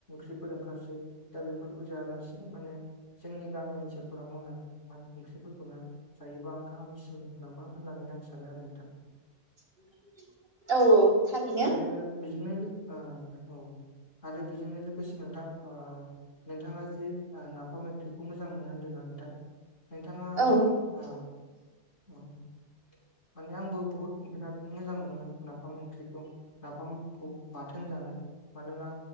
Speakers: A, on the left; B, on the right.
A: खफोर ओंखारसै दा बेफोरखौ जायालासिनो माने जोंनि गामि ओनसोलफोराव मावनाय ओंख्रिफोरखौनो। जायोबा गाहामसिन नामा होननानै आं सानो आरो नोंथां।
B: <inaudible> औ थारैनो
A: आरो बेजोंनो औ आरो बेजोंनो लोगोसे नोंथां ओ नोंथाङा जे नाफाम मैख्रिखौ मोजां मोनो होन्दोंना नोंथां। नोंथाङा
B: औ
A: औ। माने आंबो बहुत बिराद मोजां मोनो नाफाम ओंख्रिखौ। नाफामखौ बाथोन जानाय मानोना